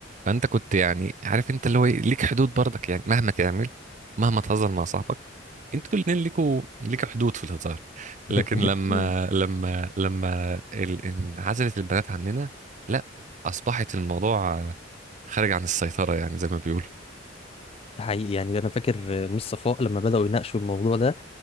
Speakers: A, on the right; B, on the left.
A: فأنت كنت يعني عارف أنت اللي هو إيه، ليك حدود برضك يعني مهما تعمل مهما تهزر مع صاحبك انتوا الاتنين ليكوا ليك حدود في الهزار
B: <laughs>
A: لكن لما لما لما ال- انعزلت البنات عننا لا أصبحت الموضوع خارج عن السيطرة يعني زي ما بيقولوا
B: ده حقيقي يعني انا فاكر ميس صفاء لما بداوا يناقشوا الموضوع ده